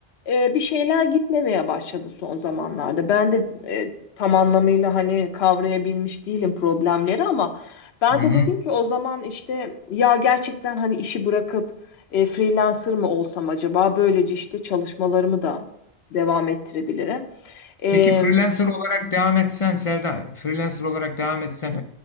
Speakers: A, on the left; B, on the left.
A: e, bir şeyler gitmemeye başladı son zamanlarda. Ben de e, tam anlamıyla hani kavrayabilmiş değilim problemleri ama ben
B: hı
A: de
B: hı.
A: dedim ki o zaman işte ya gerçekten hani işi bırakıp e, freelancer mı olsam acaba böylece işte çalışmalarımı da devam ettirebilirim. E,
B: Peki freelancer olarak devam etsen Sevda, freelancer olarak devam etsen